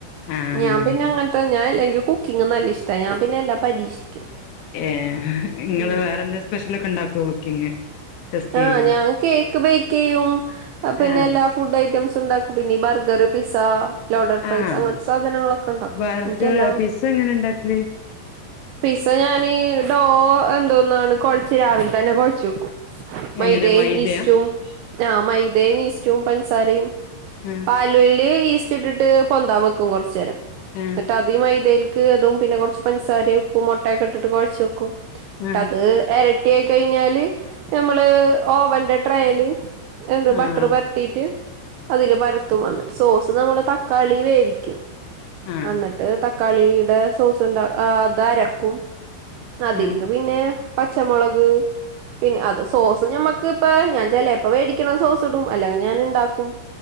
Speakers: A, on the left; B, on the right.
A: ആഹ്
B: ഞാൻ
A: അങ്ങനെ
B: പിന്ന അങ്ങന ഞാനില്ലെങ്കി കുക്കിങ് നല്ല ഇഷ്ട്ട ഞാൻ പിന്നെ എല്ലാം പരീക്ഷിക്കും
A: ഏ നിങ്ങള്
B: ഉം
A: വേറെന്തങ്കിലും സ്പെഷ്യല് ഒക്കെ ഉണ്ടാക്കുവോ കുക്കിങ് ടെസ്റ്റെയ്യോ
B: ആഹ് ഞാൻ കേക്ക് ബേക്ക് ചെയ്യും പിന്നെ
A: ആഹ്
B: എല്ലാ ഫുഡ് ഐറ്റംസ് ഉണ്ടാക്കും പിന്നെ ബർഗർ പിസ്സ ലോഡഡ് ഫ്രൈസ്
A: ആഹ്
B: അങ്ങനത്തെ സാധനങ്ങളൊക്കെണ്ടാക്കും
A: ബർഗർ
B: എനിക്കെല്ലാ
A: പിസ്സ എങ്ങനെ ഉണ്ടാക്കല്
B: പിസ്സ ഞാന് ഡോ എന്തോന്നാണ് കൊഴച്ച് രാവിലെ തന്നെ കൊഴച്ച് വെക്കും മൈദയും
A: എങ്ങനെ മൈദയാ
B: ഈസ്റ്റും ആഹ് മൈദയും ഈസ്റ്റും പഞ്ചസാരയും
A: ഉം
B: അല്ലേല് ഈസ്റ്റ് ഇട്ടിട്ട് പൊന്താ വെക്കും കൊറച്ചേരംന്നിട്ട്
A: ആഹ്
B: അത് ഈ മൈദയില്ക്ക് തും പിന്നെ കൊറച്ച് പഞ്ചസാരേം ഉപ്പും മുട്ടൊക്കെ ഇട്ടിട്ട് കൊഴച്ച് വെക്കും എന്നിട്ട്
A: ആഹ്
B: അത് റെഡി ആയി കഴിഞ്ഞാല് നമ്മള് ഓവൻ്റട്രെയില് എന്ത്
A: ആഹ്
B: ബട്ടർ പെ രട്ടീട്ട് അതില് പരത്തും എന്നിട്ട് സോസ് നമ്മള് തക്കാളി വേവിക്കും
A: ആഹ്
B: എന്നിട്ട് തക്കാളിയുടെ സോസ്ണ്ട് അത് അരക്കും അതിൽക്ക്
A: ആഹ്
B: പിന്നെ പച്ചമുളക് പിന്നെ അത് സോസ് ഞമ്മക്ക് ഇപ്പ ഞാൻ ചെലപ്പ മേടിക്കണ സോസ് ഇടും അല്ലെങ്കിൽ ഞാന്ണ്ടാക്കും